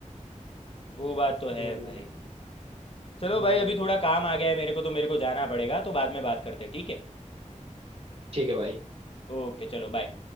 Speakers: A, on the left; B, on the right.
A: वो बात तो
B: हम्म
A: है भाई चलो
B: हम्म,
A: भाई अभी थोड़ा काम आ गया है मेरे को तो मेरे को जाना पड़ेगा तो बाद में बात करते हैं ठीक है
B: ठीक है भाई
A: ओके चलो बाय